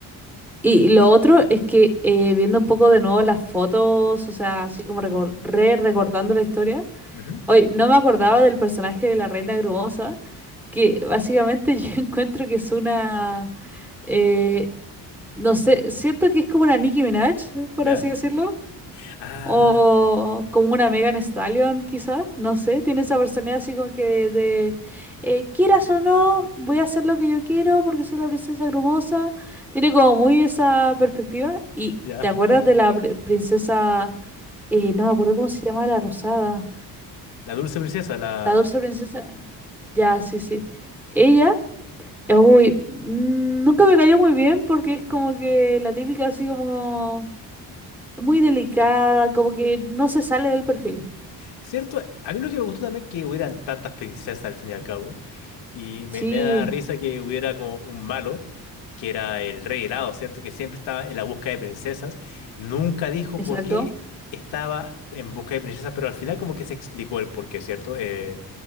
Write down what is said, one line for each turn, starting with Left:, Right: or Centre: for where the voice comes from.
Centre: Y lo otro es que eh, viendo un poco de nuevo las fotos, o sea, así como recor- re recordando la historia,
Left: Ujú.
Centre: hoy no me acordaba del personaje de la Reina Grumosa, que básicamente <laughs> yo encuentro que es una, eh, no sé, siento que es como una Nicki Minaj, por
Left: ¿Ya?
Centre: así decirlo
Left: Ah,
Centre: O como una Megan Stallion, quizá, no sé, tiene esa personalidad así como que de eh, quieras o no, voy a hacer lo que yo quiero porque soy la princesa grumosa. Tiene como muy esa perspectiva. ¿Y
Left: ya.
Centre: te acuerdas
Left: <laughs>
Centre: de la pr- princesa, eh, no me acuerdo cómo se llama, la rosada,
Left: La dulce princesa, la...
Centre: la dulce princesa? Ya, sí, sí. Ella, eh, uy, mm, nunca me cayó muy bien porque es como que la típica así como muy delicada, como que no se sale del perfil.
Left: Cierto, a mí lo que me gustó también es que hubieran tantas princesas al fin y al cabo. Y me,
Centre: Sí.
Left: me da risa que hubiera como un malo, que era el rey helado, ¿cierto? Que siempre estaba en la búsqueda de princesas. Nunca dijo
Centre: Exacto.
Left: por qué estaba en busca de princesas, pero al final como que se explicó el por qué, ¿cierto? Eh,